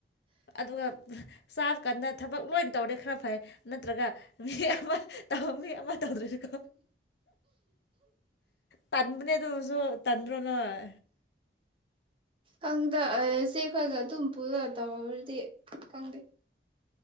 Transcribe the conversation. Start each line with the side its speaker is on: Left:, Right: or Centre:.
Left: ꯑꯗꯨꯒ꯫ ꯆꯥꯕ ꯀꯟꯗ ꯊꯕꯛ ꯂꯣꯏ ꯇꯧꯔꯦ ꯈꯔ ꯐꯩ ꯅꯠꯇ꯭ꯔꯒ ꯃꯤ ꯑꯃ꯫ ꯇꯧꯕꯅꯤ ꯑꯃ ꯇꯧꯗ꯭ꯔꯁꯨꯀꯣ꯫ ꯅꯨꯡꯉꯥꯏꯕꯅꯤ ꯗꯨꯁꯨ꯫ ꯇꯟꯗ꯭ꯔꯣ ꯅꯣꯏ꯫
Right: ꯈꯪꯗꯦ ꯑꯩ ꯆꯦ ꯈꯣꯏꯒ ꯑꯗꯨꯝ ꯄꯨꯔ ꯇꯧꯕꯅꯤꯅ ꯫ ꯑꯗꯨꯗꯤ ꯈꯪꯗꯦ꯫